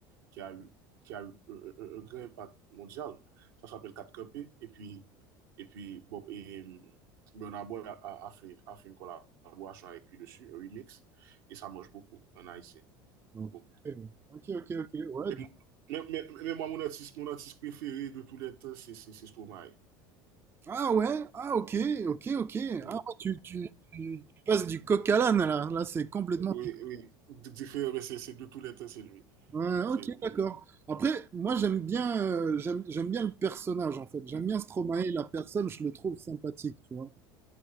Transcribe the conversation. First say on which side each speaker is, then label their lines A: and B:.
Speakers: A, on the right; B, on the right.
A: qui a eu, qui a eu un, un- un grand impact mondial. Ça s'appelle 4 Copés. Et puis, et puis Bob, et, hum, Boy a, a- a fait, a fait une collaboration avec lui dessus, un remix. Et ça marche beaucoup en Haïti.
B: Donc,
A: Beaucoup.
B: Euh, Ok, ok, ok. Ouais,
A: mais
B: du-
A: mais mais moi mon artiste mon artiste préféré de tous tout letan, c'est Stromae.
B: Ah ouais, ah ok, ok, ok.
A: Oui,
B: Ah, ouais, tu, tu, tu, tu passes du coq à l'âne là. Là, c'est complètement.
A: oui, oui. Diferè, c'est de tous les temps c'est lui.
B: Ouais, ok,
A: c'est lui.
B: d'accord. Après, moi, j'aime bien, euh, j'aime, j'aime bien le personnage en fait. J'aime bien Stromae, la personne, je le trouve sympathique, tu vois.